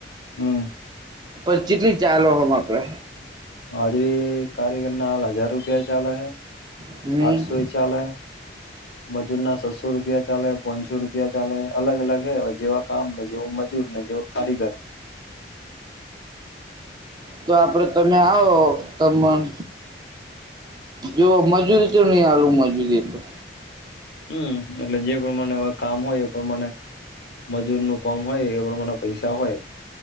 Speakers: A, on the left (about 65°); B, on the right (about 25°).
A: હમ્મ.
B: પણ ચીટલી ચાલો આમ આપડે?
A: આજે કારીગરના હજાર રૂપિયા ચાલે હૈ,
B: હમ
A: આઠસો ચાલે હૈ. મજૂર ના છસો રૂપિયા ચાલે, પોનસો રૂપિયા ચાલે અલગ અલગ હે હવે જેવા કામ ને જોવું મજૂર. કારીગર.
B: તો આપડે તમે આવો, તમણ. જો મજૂરી તો નહી આલું મજૂરી તો.
A: હમ્મ, એટલે જે પ્રમાણે આવા કામ હોય એ પ્રમાણે. મજૂર નું કોમ હોય એ પ્રમાણે પૈસા હોય.